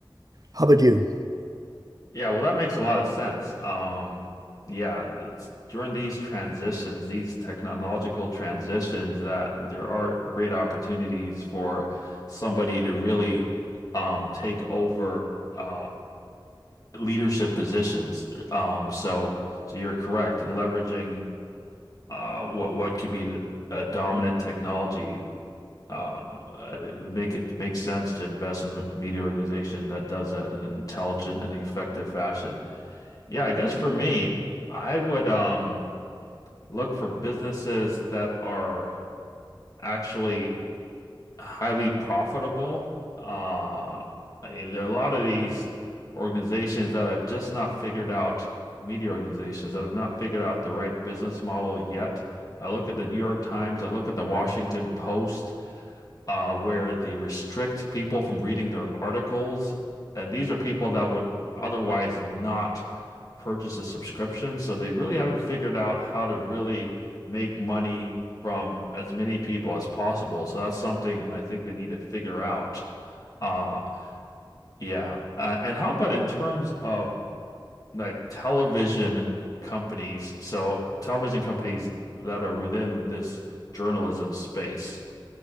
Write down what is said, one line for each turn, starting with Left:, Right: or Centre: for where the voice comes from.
Right: How about you?
Left: Yeah, well, that makes a lot of sense. Um, yeah, it's during these transitions, these technological transitions, that there are great opportunities for somebody to really um, take over uh, leadership positions. Um, so, so you're correct in leveraging uh, what what could be the, a dominant technology. Uh, it would make it make sense to invest in a media organization that does that in an intelligent and effective fashion. Yeah, I guess for me, I would um look for businesses that are actually highly profitable. Uh, I mean, there are a lot of these organizations that have just not figured out, media organizations that have not figured out the right business model yet. I look at the New York Times, I look at the Washington Post uh, where they restrict people from reading their articles. And these are people that would otherwise not purchase a subscription. So they really haven't figured out how to really make money from as many people as possible. So that's something I think they need to figure out. Uh, yeah. Uh, and how about in terms of like television companies? So television companies that are within this journalism space.